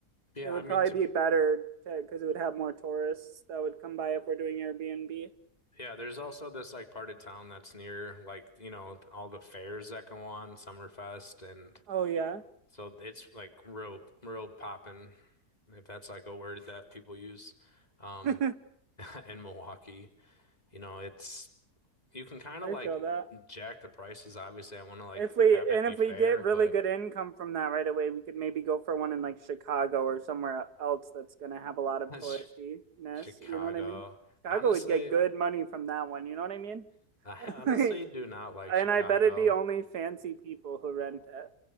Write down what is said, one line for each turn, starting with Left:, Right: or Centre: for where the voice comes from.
Left: yeah,
Right: It
Left: I
Right: would
Left: mean,
Right: probably
Left: to
Right: be better because it would have more tourists that would come by if we're doing Airbnb.
Left: Yeah, there's also this like part of town that's near like, you know, all the fairs that go on, Summerfest, and
Right: Oh yeah,
Left: so it's like real real poppin', if that's like a word that people use,
Right: <laughs>
Left: um,
Right: I
Left: <laughs> in Milwaukee. You know, it's you can kind of like
Right: feel that.
Left: jack the prices. Obviously, I want to like
Right: If we
Left: have it
Right: and
Left: be
Right: if
Left: fair,
Right: we get really
Left: but
Right: good income from that right away, we could maybe go for one in like Chicago or somewhere else that's gonna have
Left: <laughs>
Right: a lot of
Left: that's
Right: touristiness.
Left: Chicago.
Right: You know what I mean? Chicago
Left: Honestly,
Right: would get good money from that one. You know what I mean?
Left: <laughs> I
Right: <laughs>
Left: honestly
Right: and
Left: do not like Chicago.
Right: I bet it'd be only fancy people who rent it.